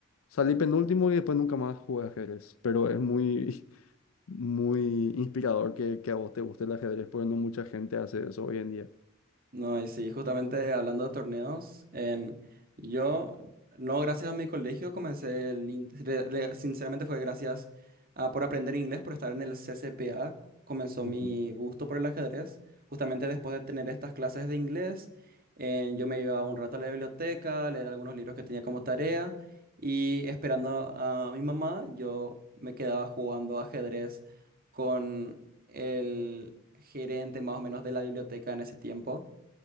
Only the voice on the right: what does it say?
No, y sí, justamente hablando de torneos, en, yo, no gracias a mi colegio, comencé, el in- re- re- sinceramente fue gracias a por aprender inglés, por estar en el CCPA, comenzó
mi gusto por el ajedrez. Justamente después de tener estas clases de inglés, en, yo me iba un rato a la biblioteca, a leer algunos libros que tenía como tarea, y esperando a mi mamá, yo me quedaba jugando ajedrez con el gerente más o menos de la biblioteca en ese tiempo.